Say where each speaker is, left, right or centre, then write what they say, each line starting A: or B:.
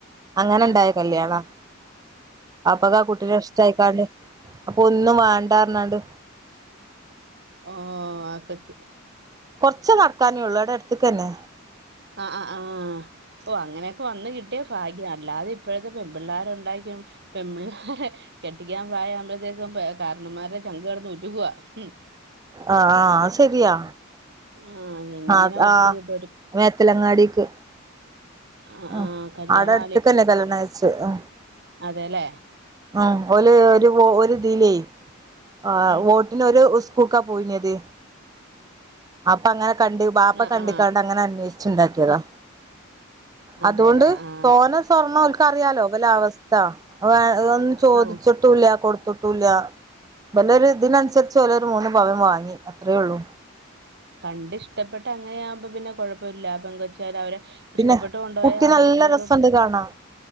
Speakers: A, on the right; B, on the right.
A: അങ്ങനെ
B: ആ
A: ഇണ്ടായ കല്യാണാ വാപ്പാക്ക് ആ കുട്ടിനെ ഇഷ്ടായിക്കാണ്ട് അപ്പോ ഒന്നും വേണ്ടാനാണ്ട്
B: ഓ ആ കട്ട്
A: ച്ച് നടക്കാനേ ഉള്ളൂ ഇവിടെ അടുത്തേക്കെന്നെ
B: ആ ആ ആഹ് ഓ അങ്ങനെയൊക്കേ വന്ന് കിട്ടിയ ഫാഗ്യം ആണ് അല്ലാതെ ഇപ്പോഴത്തെ പെൺപിള്ളോരുണ്ടായി കഴിയുമ്പോ പെൺപിള്ളേരെ കെട്ടിക്കാൻ പ്രായം ആവുമ്പോഴ്ത്തേ മ്പേ കർന്നോമാരെ ചങ്ക് കേടന്ന് ഉരു വ്വ് ഉം
A: ആ ശരിയാ
B: ആ എങ്ങനെ
A: ആ
B: ഒത്തു
A: ആ
B: കിട്ടും ഒരു
A: മേത്തലങ്ങാടിക്ക്
B: ആ
A: അ
B: ആ കല്യാണം
A: ആടെ അടുത്തേക്കല്ലെ കല്യാണംകഴിച്ചെ അ
B: അതെല്ലെ
A: ആ ഓല് ട്ട് ഓ ഒരുതിലേ ആ
B: ഉം
A: വോട്ടിനൊരു സ് പോക്കാ പോയിഞ്ഞത് അപ്പ അങ്ങനെ കണ്ട് ബാപ്പ
B: ആ
A: കണ്ടുക്കണ്ടങ്ങനെ
B: ആ
A: അന്വേഷിച്ചുണ്ടാ ട്ടിയതാ
B: അതെല്ലേ
A: അതുകൊണ്ട്
B: ആ ആ
A: തോന സ്വർണ ക്കറിയാലോ ഇവലവസ്ഥ അതൊന്നും ചോദിച്ചിട്ടുല്ല
B: ആ
A: കൊടു തൊട്ടൂല്ല വല്ല ഒരു ഇതിനനുസരിച്ച് പോല ഒരു മൂന്ന് പവൻ വാങ്ങി അത്രയേ ഉള്ളൂ
B: കണ്ട് ഇഷ്ടപ്പെട്ട് അങ്ങനെയാവുമ്പോ പിന്നെ കുഴ പ്പല്ല പെങ്കച്ചാര് അവരെ
A: പിന്നെ
B: ഇഷ്ടപ്പെട്ട് കൊണ്ടുപോയാ
A: കുട്ടി
B: ആവുമ്പോഴത്തേക്കും
A: നല്ല രസണ്ട് കാണാൻ